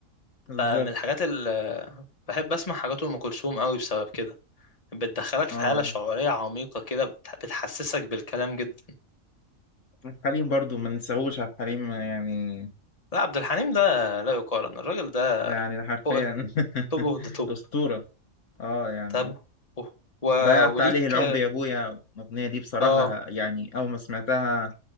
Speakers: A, on the left; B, on the left.
A: بالظبط
B: فمن الحاجات اللي بحب اسمع حاجات ام كلثوم قوي بسبب كده بتدخلك في
A: اه
B: حالة شعورية عميقة كده بت- بتحسسك بالكلام جدا
A: عبد الحليم برضو ما ننساهوش عبد الحليم يعني
B: لا عبد الحليم ده لا يقارن الراجل ده
A: ده يعني ده حرفيا
B: فوق التوب
A: <laughs>
B: اوف ذا توب
A: اسطوره اه يعني
B: تابو أوه. و...
A: ضيعت
B: وليك
A: عليه العمر يا ابويا الاغنيه دي بصراحه
B: اه
A: يعني اول ما سمعتها